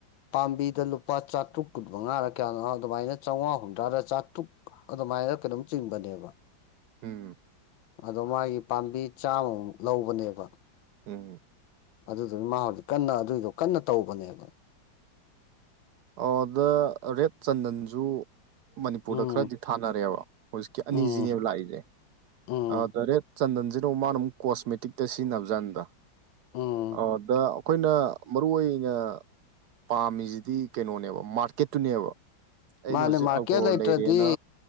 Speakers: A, on the left; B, on the right.
A: ꯄꯥꯝꯕꯤꯗ ꯂꯨꯄꯥ ꯆꯥꯇ꯭ꯔꯨꯛ ꯀꯨꯟꯃꯉꯥꯔꯥ ꯀꯌꯥꯅꯣ ꯑꯗꯨꯃꯥꯏꯅ ꯆꯧꯉꯥꯍꯨꯟꯗ꯭ꯔꯥꯔ ꯆꯥꯇ꯭ꯔꯨꯛ ꯑꯗꯨꯃꯥꯏꯅ ꯀꯩꯅꯣꯝ ꯆꯤꯡꯕꯅꯦꯕ
B: ꯎꯝ
A: ꯑꯗꯣ ꯃꯥꯒꯤ ꯄꯥꯝꯕꯤ ꯆꯥꯝꯃꯃꯨꯛ ꯂꯧꯕꯅꯦꯕ
B: ꯎꯝ
A: ꯑꯗꯨꯗꯨꯅ ꯃꯥ ꯍꯧꯖꯤꯛ ꯀꯟꯅ ꯑꯗꯨꯏꯗꯣ ꯀꯟꯅ ꯇꯧꯕꯅꯦꯕ
B: ꯑꯣ ꯗ ꯔꯦꯠ ꯆꯟꯗꯟꯖꯨ ꯃꯅꯤꯄꯨꯔꯗ
A: ꯎꯝ
B: ꯈꯔꯗꯤ ꯊꯥꯅꯔꯦꯕ ꯍꯧꯖꯤꯛꯀꯤ ꯑꯅꯤꯖꯤꯅꯦꯕ
A: ꯎꯝ
B: ꯂꯥꯛꯏꯖꯦ
A: ꯎꯝ
B: ꯑꯗ ꯔꯦꯠ ꯆꯟꯗꯟꯖꯤꯅ ꯃꯨꯛ ꯃꯥꯅꯃꯨꯛ ꯀꯣꯁꯃꯦꯇꯤꯛꯇ ꯁꯤꯖꯤꯟꯅꯕ ꯖꯥꯠꯅꯤꯗ
A: ꯎꯝ
B: ꯑꯣ ꯗ ꯑꯩꯈꯣꯏꯅ ꯃꯔꯨ ꯑꯣꯏꯅ ꯄꯥꯝꯃꯤꯖꯤꯗꯤ ꯀꯩꯅꯣꯅꯦꯕ ꯃꯥꯔꯀꯦꯠꯇꯨꯅꯦꯕ ꯑꯩꯅ
A: ꯃꯥꯅꯦ
B: ꯍꯧꯖꯤꯛ
A: ꯃꯥꯔꯀꯦꯠ
B: ꯑꯒꯣꯔ
A: ꯂꯩꯇ꯭ꯔꯗꯤ
B: ꯂꯩꯔꯦꯅ